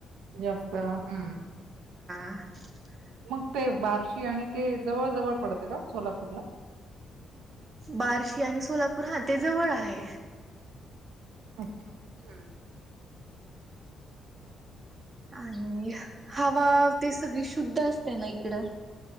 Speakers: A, on the right; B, on the right.
A: याफत हम्म
B: ह
A: मग ते बारशी आणि ते जवळ जवळ पडते का सोलापूरला
B: बार्शी आणि सोलापूर हा ते जवळ आहे
A: अच्छा हम्म
B: आणि हवा ते सगळी शुद्ध असते ना इकडं